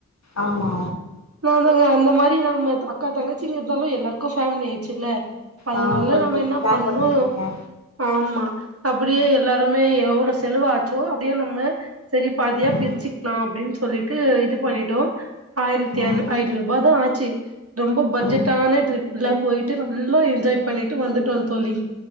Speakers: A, on the left (about 60°); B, on the right (about 50°).
A: ஆமா
B: நா தாங்க அந்த மாரி வாங் மாட்டோ அக்கா தங்கச்சிங்க இருந்தாலு எல்லாருக்கு ஃபேமிலி ஆயிச்சுல்ல அதனால
A: ஆ கொஞ்ச
B: நாம
A: கொஞ்ச
B: என்ன
A: ஷேர்
B: பண்ணோ
A: பண்ணிட்டு இருக்கே
B: ஆமா அப்படியே எல்லாருமே எவ்ள செலவாச்சோ அப்டியே நம்ம சரி பாதியா
A: ம்
B: பிரிச்சுக்லா அப்டின் சொல்லிட்டு இது பண்ணிட்டோ ஆயிரத்தி
A: ம்
B: ஐநூ ஐநூறுவா தா ஆ ச்சு ரொம்ப பட்ஜெட்
A: ம்
B: ட்ரிப்லா போயிட்டு நல்லா என்ஜாய் பண்ணிட்டு வந்துட்டோ தோழி